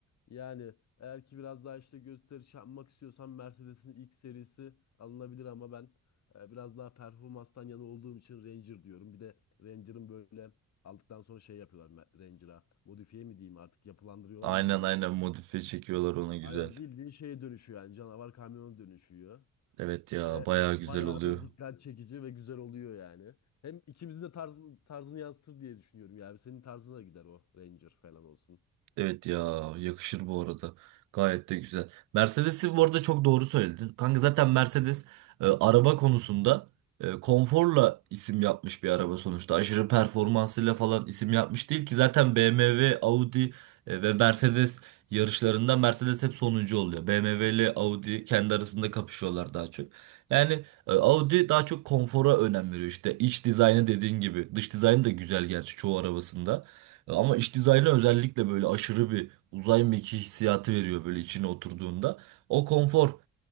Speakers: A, on the left (about 65°); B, on the right (about 80°).
A: Yani eğer ki biraz daha işte gösteriş yapmak istiyorsan Mercedes'in ilk serisi alınabilir ama ben e, biraz daha performanstan yana olduğum için Ranger diyorum. Bir de Ranger'ın böyle aldıktan sonra şey yapıyorlar Ranger'a modifiye mi diyeyim artık yapılandırıyorlar
B: Aynen
A: mı diyeyim.
B: aynen modifiye çekiyorlar ona güzel.
A: Aynen bildiğin şeye dönüşüyor yani canavar kamyona dönüşüyor.
B: Evet ya
A: Ve
B: bayağı
A: bayağı
B: güzel oluyor.
A: da dikkat çekici ve güzel oluyor yani. Hem ikimizin de tarz, tarzını yansıtır diye düşünüyorum yani. Senin tarzına gider o Ranger falan olsun.
B: Evet ya yakışır bu arada. Gayet de güzel. Mercedes'i bu arada çok doğru söyledin. Kanka zaten Mercedes e, araba konusunda e, konforla isim yapmış bir araba sonuçta. Aşırı performansıyla falan isim yapmış değil ki zaten BMW, Audi e, ve Mercedes yarışlarında Mercedes hep sonuncu oluyor. BMW ile Audi kendi arasında kapışıyorlar daha çok. Yani e, Audi daha çok konfora önem veriyor İşte iç dizaynı dediğin gibi. Dış dizaynı da güzel gerçi çoğu arabasında. Ama iç dizaynı özellikle böyle aşırı bir uzay mekiği hissiyatı veriyor böyle içine oturduğunda. O konfor